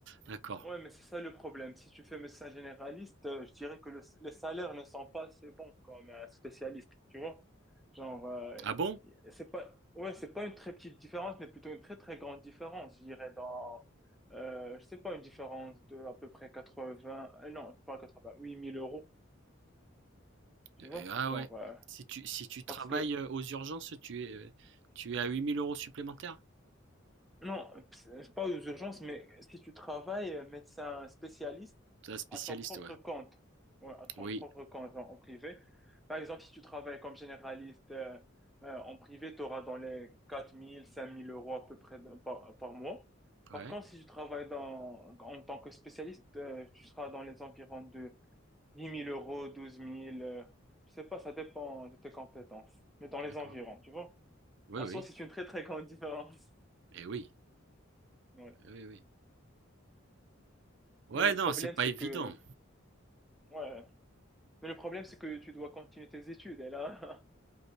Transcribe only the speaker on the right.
D'accord.
Ah bon?
Euh,
Ah
ouais.
Si tu, si tu
travailles
euh, aux urgences, tu es, euh, tu es à 8000 euros supplémentaires?
C'est un spécialiste,
ouais.
Oui.
Ouais.
D'accord.
Oui,
oui.
Eh oui.
Eh oui, oui. Ouais,
non,
c'est pas
évident.